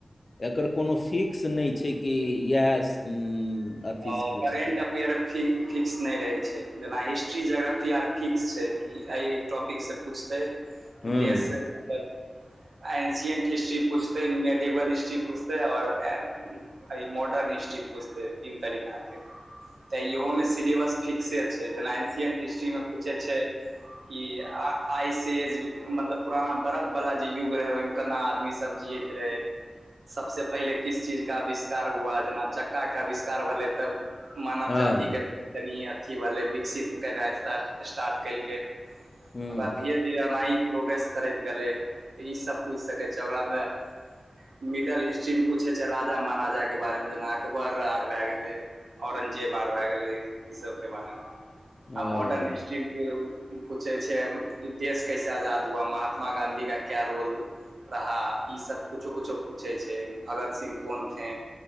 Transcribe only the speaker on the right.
करेंट
अफेयर फि फिक्स नहि रहै छै, जेना हिस्ट्री, जोग्रफी आर फिक्स छै, कि एहि टॉपिक सँ पूछतै कि
देश मतलब आ एन्शियन्ट हिस्ट्री पुछतै मेडिवल हिस्ट्री पूछतै और ऐ ई मॉर्ड डन हिस्ट्री पुछतै तीन तरीका के तऽ इहो में सिलेबस फिक्से छै जेना एन्शिएन्ट हिस्ट्री में पूछै छै, ई आ-आइसे ज मतलब पुराना बर्फवला जे युग रहै ओहि में केना आदमी सब जियैत रहै सबसे पहले किस चीज का अविष्कार हुआ जेना चक्का के अविष्कार भलै तब मानव
जाति के तनि अथी भलै विकसित केनाइ स् स्टार्ट केल कै।
तबाद धीरे-धीरे अनाही। प्रोग्रेस करैत गलै तऽ ई सब पूइछ सकै छै, ओकरा में मिडल इस्ट ट्री में पूछै छै राजा-महाराजा के बारे में अकबर आर भए गेलै औरंगजेब आर भए गेलै ई सबके बारे में। आ
मॉर्डन हिस ट्री पूछै छै देश कैसे आजाद हुआ महात्मा गाँधी का क्या रोल रहा ई सब कुछो-कुछो पूछै छै भगत सिंह कौन थे।